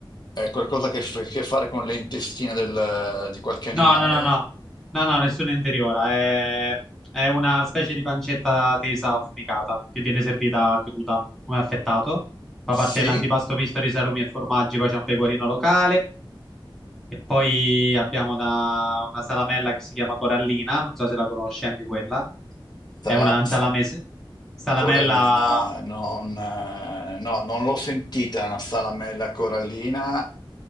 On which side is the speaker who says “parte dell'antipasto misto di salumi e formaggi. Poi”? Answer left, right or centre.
Centre